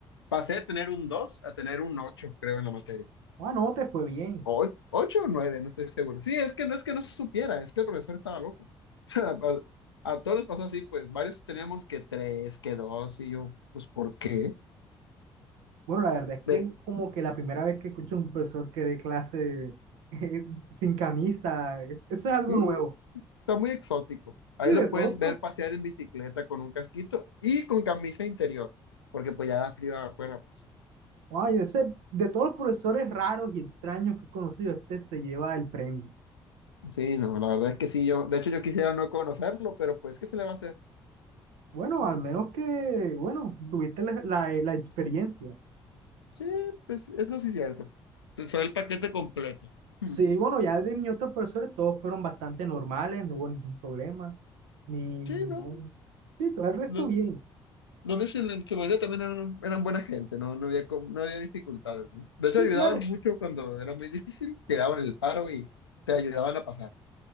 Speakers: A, on the left (about 85°); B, on the right (about 70°).
A: pasé de tener un 2 a tener un 8, creo, en la materia.
B: Ah, no, te fue bien.
A: o- ocho o nueve, no estoy seguro. Sí, es que no es que no supiera, es que el profesor estaba loco. <laughs> O sea, a, a todos les pasó así, pues varios teníamos que tres, que dos, y yo, pues, ¿por qué?
B: Bueno, la verdad es que
A: Ve,
B: es como que la primera vez que escucho a un profesor que dé clase <laughs> sin camisa, es- eso es algo
A: sí,
B: nuevo.
A: está muy exótico. Ahí
B: Sí,
A: lo
B: de
A: puedes
B: todos
A: ver pasear en bicicleta con un casquito y con camisa interior, porque pues ya da frío afuera, pues.
B: Ay, ese, de todos los profesores raros y extraños que he conocido, este se lleva el premio.
A: Sí, no, la verdad es que sí, yo, de hecho yo quisiera no conocerlo, pero pues, ¿qué se le va a hacer?
B: Bueno, al menos que, bueno, tuviste la, la, la experiencia.
A: Sí, pues eso sí es cierto. Fue el paquete completo. Hmm.
B: Sí, bueno, ya de mis otros profesores todos fueron bastante normales, no hubo ningún problema, ni
A: Sí,
B: ningún...
A: no.
B: Sí, todo el resto
A: no,
B: bien.
A: Los meses en su mayoría también eran, eran buena gente, no, no había, com- no había dificultades, ¿no? De hecho,
B: Sí,
A: ayudaban
B: claro.
A: mucho cuando era muy difícil, te daban el paro y te ayudaban a pasar.